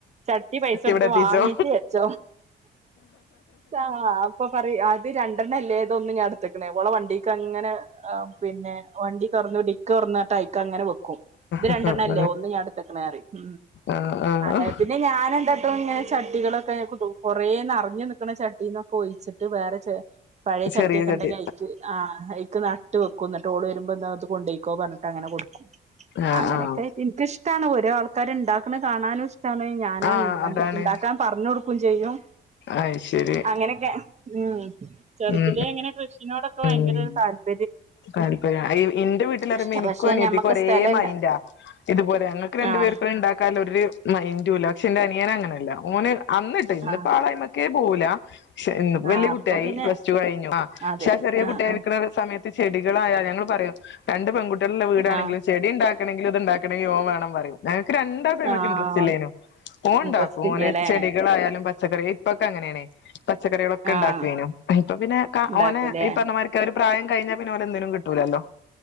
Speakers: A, on the right; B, on the left.
A: ചട്ടി പൈസ കൊടുത്ത്
B: ഇവിടെ എത്തിച്ചോ
A: വാങ്ങി്. ജ്ജ് വച്ചോ, ആഹ് അപ്പൊ പറയും അത് ര ണ്ടണല്ലേതോന്ന് ഞാ എടുത്ക്ണേ ഓളെ വണ്ടിക്കങ്ങനെ. ആഹ് പിന്നെ വണ്ടി തുറന്ന് ഡിക്ക് തുറന്നിട്ട് അയ്ക്ക അങ്ങനെ വെക്കും. ഇത്
B: അത്
A: രണ്ടെണ്ണം
B: ശരി
A: അല്ലേ ഒന്ന് ഞാൻ എടു ത്ക്ണ് അറിം
B: ആഹ് ആഹ്
A: അങ്ങനെ പിന്നെ ഞാന് എന്താട്ടും ഇങ്ങനെ ച ട്ടികളൊക്കെ കൊറേ നിറഞ്ഞു നിക്കുന്ന ചട്ടിന്നൊക്കെ ഒഴിച്ചിട്ട് വേറെ ച പഴയ
B: ചെറിയ
A: ചട്ടിയൊക്കെ
B: ചട്ടി
A: ഉണ്ടെങ്കി അയിക് ആഹ് അയ് ക്ക് നട്ട് വെക്കും. ന്നട്ട് ഓൾ വരുമ്പോ ന്നാത് കൊണ്ട്യ്ക്കോ പറഞ്ഞിട്ട് അങ്ങനെ കൊടുക്കും.
B: ആഹ്
A: അങ്ങനെയൊക്കെ
B: ആഹ്
A: എനിക്കിഷ്ടാണ് ഓരോ ആൾക്കാർ ഇണ്ടാക്കണ കാണാനും ഇഷ് ടാണ്, ഞാനാണ്ട്
B: ആഹ് അതാണ്
A: ഇണ്ടാക്കാൻ പറഞ്ഞുടുക്കും ചെയ്യും.
B: അയ്ശരി
A: അങ്ങനൊക്കെ ഉം ചെറുതിലെ
B: ഉം
A: ഇങ്ങനെ കൃഷിനോടൊക്കെ ഭയങ്കര
B: ഉം
A: താല്പ
B: താല്പര്യം എന്റെ വീട്ടിലറിയുമ്പോ
A: ഇഷ്ട
B: എനിക്കും
A: പക്ഷെ
B: അനിയത്തിക്കും
A: ഞമ്മക്ക്
B: ഒരേ
A: സ്ഥലല്ല
B: മൈന്റാ. ഇതുപോലെ ഞങ്ങൾക്ക് രണ്ടു
A: ആഹ്
B: പേർക്കൂ ഉണ്ടാക്കാൻ ഒരു മഇന്റുല്ല വക്ഷെ ന്റെ അനിയന് അങ്ങനല്ല ഓന് അന്നിട്ട് ഇന്നിപ്പോ
A: ആഹ്
B: ആളായ്മക്കേ പോവുല ശെ ഇന്ന് പ്പോ വല്യയ
A: ആഹ്
B: കുട്ടിയായി
A: അപ്പൊ പിന്നെ
B: പ്ലസ്ടു കഴിഞ്ഞു അ
A: അതെ
B: ചെറിയ
A: ആഹ്
B: കുട്ടിയായിക്ക്ണ
A: ആഹ്
B: സമയത്ത് ചെടികളായൽ ഞങ്ങൾ പറയും രണ്ട് പെൺകുട്ടിള്ള്ള വീടാണെങ്കില്
A: ആഹ്
B: ചെടി ണ്ടാക്കണങ്കിലും ഇത് ഉണ്ടാക്കണങ്കിലും ഓൻ വേണം പറയും ഞക്ക് രണ്ടാക്കും അയിമക്ക്
A: ആഹ്
B: ഇൻട്രസ്റ്റ് ഇല്ലേനും ഓൻ
A: ഇൻട്രസ്റ്റ്
B: ണ്ടാക്കും ഓന്
A: ഇല്ലല്ലേ
B: ചെടികളായാലും പച് ച്ചക്കറി ഇപ്പൊക്കെ അങ്ങനെണ് പച്ചക്കറികളൊക്കെ
A: ആഹ്
B: ണ്ടാക്കേനു ഇപ്പൊ പിന്നെ കാ
A: ഉണ്ടാക്കൂലേ
B: ഓനെ മ്മ മാർക്കെ ഒരു പ്രായം കഴിഞ്ഞാ പിന്നെ ഒലെ ഒന്നിനും കിട്ടൂല്ലല്ലോ